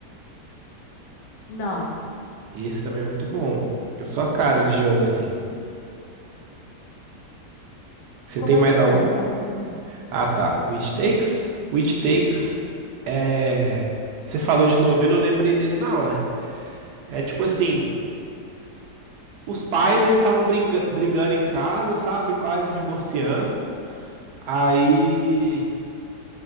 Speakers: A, on the left (about 80°); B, on the right (about 75°).
A: Não.
B: Esse também é muito bom. Eu sou a cara de jogo assim. Você
A: Como
B: tem mais
A: é que ele
B: algum?
A: é? Fala aí pra mim.
B: Ah, tá. O It Takes. O It Takes é. Você falou de novelo, eu lembrei dele na hora. É tipo assim, os pais eles estavam bringa- brigando em casa, sabe? Quase divorciando. Aí